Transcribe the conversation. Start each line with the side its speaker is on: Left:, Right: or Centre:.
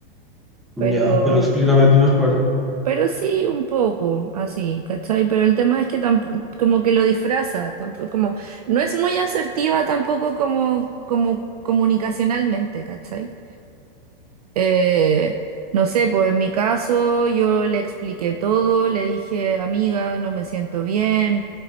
Right: pero
Centre: Ya, pero explícame tú mejor.
Right: Pero sí, un poco, así, ¿cachai? Pero el tema es que tampoco, como que lo disfraza, tampoco, como, no es muy asertiva tampoco como, como comunicacionalmente, ¿cachai? Eh, no sé, pues en mi caso yo le expliqué todo, le dije, amiga, no me siento bien,